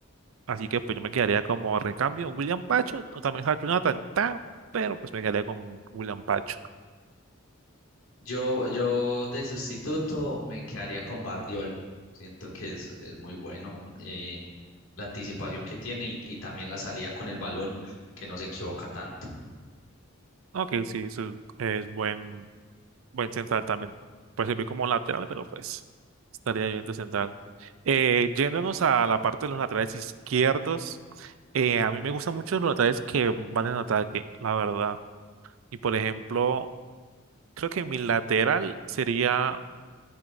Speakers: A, on the right (about 75°); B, on the left (about 80°).
A: Así que pues yo me quedaría como recambio William Pacho o también Hat Jonathan Ta, pero pues me quedaría con William Pacho.
B: Yo, yo de sustituto me quedaría con Bardiol. Siento que es, es muy bueno eh, la anticipación que tiene y, y también la salida con el balón, que no se equivoca tanto.
A: Ok, sí, eso es, es buen, Buen central también. Puede servir como lateral, pero pues estaría bien de central. Eh, yéndonos a la parte de los laterales izquierdos, eh, a mí me gustan mucho los laterales que van en ataque, la verdad. Y por ejemplo, creo que mi lateral sería